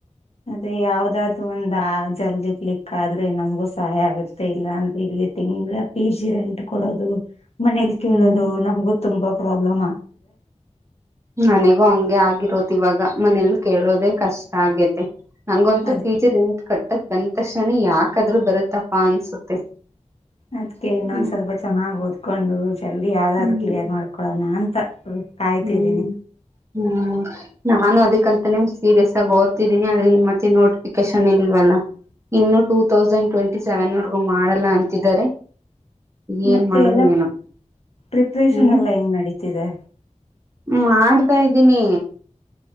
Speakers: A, on the left (about 55°); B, on the right (about 20°).
A: ಅದೇ ಯಾವ್ದಾದೂ ಒಂದ ಜಲ್ದಿ ಕ್ಲಿಕ್ ಆದ್ರೆ ನಮ್ಗೂ ಸಹಾಯ ಆಗುತ್ತೆ ಇಲ್ಲ ಅಂದ್ರೆ ಇಲ್ಲಿ ತಿಂಗಗಳ ಪಿ ಜಿ ರೆಂಟ್ ಕೊಡೋದು ಮನೇಲಿ ಕೇಳೋದು
B: ಹ್ಮ್
A: ನಮ್ಗು ತುಂಬಾ ಪ್ರೊಬ್ಬಲಮ್
B: ನನಗೂ ಹಂಗೆ ಆಗಿರೋದು ಇವಾಗ ಮನೇಲಿ ಕೇಳೋದೇ ಕಷ್ಟ ಆಗ್ಯತೆ ನಂಗೊಂತು
A: ಅದ್
B: ಪೀಚಿರ್ ಎಂಟು ಕಟ್ಟದ್ ಬಂದ ತಕ್ಷಣ ಯಾಕಾದ್ರೂ ಬರುತ್ತಪ್ಪ ಅನ್ಸುತ್ತೆ
A: ಅದ್ಕ ಇನ್ನೊಂದ್
B: ಹ್ಮ್
A: ಸ್ವಲ್ಪ ಚೆನ್ನಾಗ್ ಓದ್ಕೊಂಡು ಜಲ್ದಿ ಯಾವ್ದಾದ್ರು
B: ಹ್ಮ್
A: ಕ್ಲಿಯರ್ ಮಾಡ್ಕೊಳೋಣ ಅಂತ ಕಾಯ್ತಿದ್ದೀನಿ
B: ಹ್ಮ್ ಹ್ಮ್ ನಾನು ಅದಕ್ಕೆ ಯಂತ ಸೀರಿಯಸ್ ಆಗಿ ಓದ್ತಿದ್ದೀನಿ ಆದ್ರೆ ಮತ್ತೆ ನೋಟಿಫಿಕೇಶನ್ ಇಲ್ವಲ್ಲ ಇನ್ನು ಟೂ ತೌಸಂಡ್ ಟ್ವೆಂಟಿ ಸೆವೆನ್ ವರೆಗೂ ಮಾಡಲ್ಲ ಅಂತಿದ್ದಾರೆ ಏನ್
A: ಮತ್ತೆ
B: ಮಾಡುದು
A: ಎಲ್ಲ
B: ಏನೋ
A: ಪ್ರಿಪ್ರೇಷನ್
B: ಹ್ಮ್
A: ಎಲ್ಲ ಹೆಂಗ್ ನಡೀತಿದೆ
B: ಮಾಡ್ತಾ ಇದ್ದೀನಿ